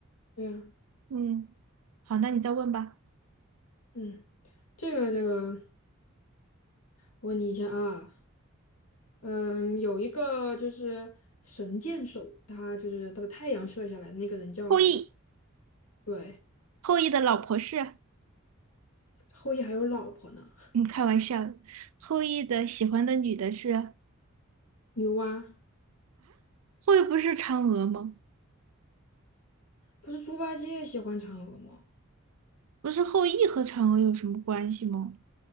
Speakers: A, on the left (about 85°); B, on the right (about 80°).
A: 对呀，
B: 嗯，好，那你再问吧。
A: 嗯，这个这个，我问你一下啊，嗯，有一个就是神箭手，他就是他把太阳射下来的那个人叫什么？
B: 后羿，
A: 对，
B: 后羿的老婆是？
A: 后羿还有老婆呢，
B: 嗯，开玩笑的后羿的喜欢的女的是啊？
A: 牛蛙，
B: 后羿不是嫦娥吗？
A: 不是猪八戒喜欢嫦娥吗？
B: 不是后羿和嫦娥有什么关系吗？